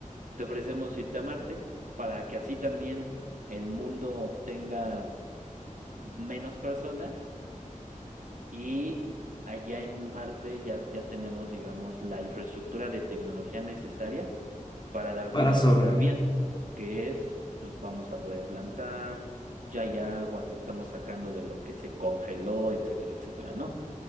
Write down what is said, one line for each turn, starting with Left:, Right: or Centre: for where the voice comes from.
Right: Te ofrecemos irte a Marte para que así también el mundo tenga menos personas y allá en Marte ya, ya tenemos, digamos, la infraestructura de tecnología necesaria para darte
Left: para
Right: una
Left: solo.
Right: vida
Left: ¿eh?
Right: bien, que es, pues vamos a poder plantar, ya hay agua que estamos sacando de lo que se congeló, etcétera, etcétera, ¿no?